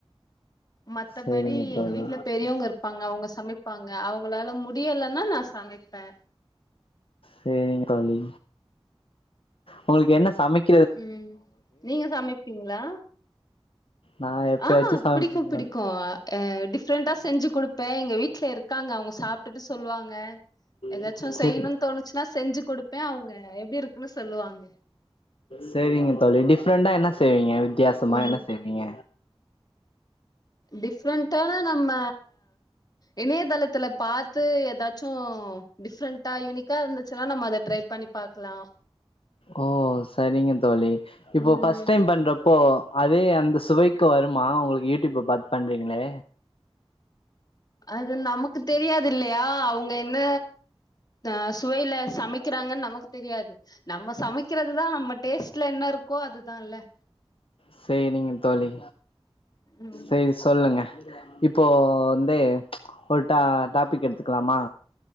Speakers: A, on the left; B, on the left.
A: மத்தபடி
B: சேரிங்க தோழி
A: எங்க வீட்ல பெரியவங்க இரு ப்பாங்க அவுங்க சமைப்பாங்க அவுங்களால முடியலன்னா நா சமைப்பே
B: சேரிங் தோழி உங்களுக்கு என்ன சமைக்
A: ம் நீங்க சமைப்பீங்ளா
B: நா எப்பயாச்சும்
A: ஆ
B: சமைப்பேன்
A: பிடிக்கு பிடிக்கு ஆ டிஃப்ரெண்டா செஞ்சு குடுப்பே எங்க வீட்ல இருக்காங்க அவுங்க சாப் ட்டுட்டு சொல்லுவாங்க ஏதாச்சு
B: தோழி
A: செய்யனுனு
B: சேரி
A: தோணுச்சுன்னா செஞ்சு குடுப் ப்பே அவுங்க எப்டி இருக்குன்னு சொல்லுவாங்க
B: செரிங்க தோழி டிஃப்ரெண்டா என்ன செய்வீங்க வித்தியாசமா
A: ம்
B: என்ன செய்வீங்க
A: டிஃப்ரெண்ட்டா நம்ம இணையதளத்துல பாத்து ஏதாச்சு டிஃப்ரெண்டா யூனிக்கா இருந்துச்சுனா நம்ம அத ட்ரை பண்ணி பாக்கலா
B: ஓ செரிங்க தேழி இப்போ
A: ம்
B: ஃபஸ்ட் டைம் பன்றப்போ அதே அந்த சுவைக்கு வருமா உங்களுக்கு யூடிப்ப பாத்து பண்றீங்ளே
A: அது நமக்கு தெரியாது இல்லயா அவுங்க என்ன ஆ சுவைல சமைக்கிறாங்கன்னு நமக்கு தெரியாது நம்ம சமைக்கிறதுதா நம்ம டேஸ்ட்ல என்ன இருக்கோ அதுதால்ல
B: சேரிங்க தோழி
A: ம்
B: சேரி சொல்லுங்க இப்போ வந்து ஒரு டா டாபிக் எடுத்துக்கலாமா